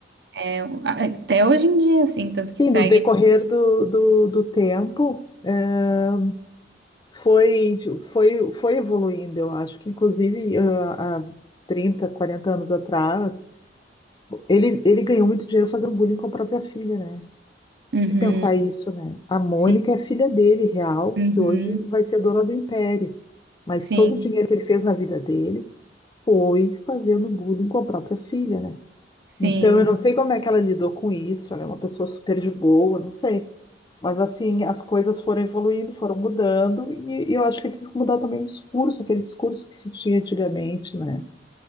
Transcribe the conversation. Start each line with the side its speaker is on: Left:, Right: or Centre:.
Right: É, até hoje em dia, assim, tanto
Left: Sim,
Right: que segue...
Left: no decorrer do, do, do tempo. eh, Foi, foi, foi evoluindo, eu acho que inclusive ah, há 30 40 anos atrás, ele, ele ganhou muito dinheiro fazendo bullying com a própria filha, né?
Right: Uhum,
Left: Tem que pensar isso, né? A Mônica
Right: sim,
Left: é a filha dele, real,
Right: uhum,
Left: que hoje vai ser dona do império. Mas
Right: sim,
Left: todo o dinheiro que ele fez na vida dele foi fazendo bullying com a própria filha, né?
Right: sim.
Left: Então eu não sei como é que ela lidou com isso, ela é uma pessoa super de boa, não sei. Mas assim, as coisas foram evoluindo, foram mudando, e, e eu acho que teve que mudar também o discurso, aquele discurso que se tinha antigamente, né?